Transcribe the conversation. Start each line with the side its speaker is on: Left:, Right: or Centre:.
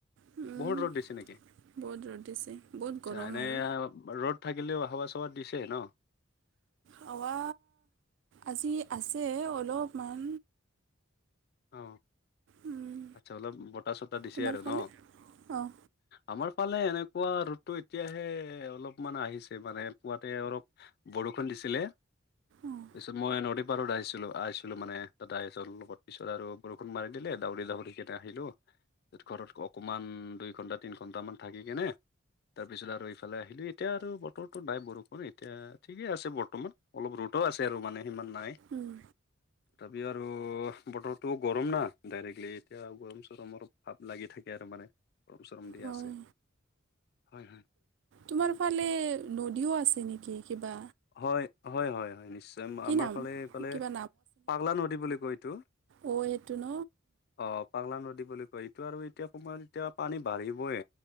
Right: উম,
Left: বহুত ৰ'দ দিছে নেকি?
Right: বহুত ৰ'দ দিছে বহুত
Left: আচ্ছা
Right: গৰম
Left: এনে
Right: আৰু
Left: ৰ'দ থাকিলেও তত দিছে ন
Right: হাৱা আজি আছে অলপমান
Left: অ
Right: উম,
Left: আচ্ছা অলপ বতাহ চটা দিছে
Right: তোমাৰ
Left: আৰু
Right: ফালে
Left: ন
Right: অঁ
Left: আমাৰ ফালে এনেকুৱা ৰ'দটো এতিয়াহে অলপমান আহিছে মানে পুৱাতে অলপ বৰষুণ দিছে। ছিলে
Right: অঁ
Left: পিছত মই নদী পাৰত আহিছিলো আহিছিলো মানে তাতে আহিছো লগত পিছত আৰু বৰষুণ মাৰি দিলে দাউৰি দাউৰি কেইটা আহিলো ঘৰত অকমান দুই ঘণ্টা তিনি ঘন্টামান থাকি কেনে তাৰপিছত আৰু এইফালে আহিলো এতিয়া আৰু বতৰো নাই বৰষুণ এতিয়া ঠিকে আছে বৰ্তমান অলপ ৰোদ ত আছে আৰু মানে সিমান নাই
Right: উম,
Left: তথাপিও আৰু বতৰটো গৰম না ডাইৰেক্টলি এতিয়া গৰম চৰমৰ ভাৱ লাগি থাকে আৰু মানে গৰম চৰম দি
Right: হয়
Left: আছে। হয় হয়।
Right: তোমাৰ ফালে নদীও আছে নেকি কিবা?
Left: হয় হয় হয় হয় নিশ্চয়,
Right: কি
Left: আমাৰ
Right: নাম
Left: ফালে এইফালে
Right: কিবা
Left: পাগলা নদী বুলি কয় এইটো।
Right: অ' সেইটো ন।
Left: অ' পাগলা বুলি কয়। এইটো আৰু এতিয়া সময়ত এতিয়া পানী বাঢ়িবই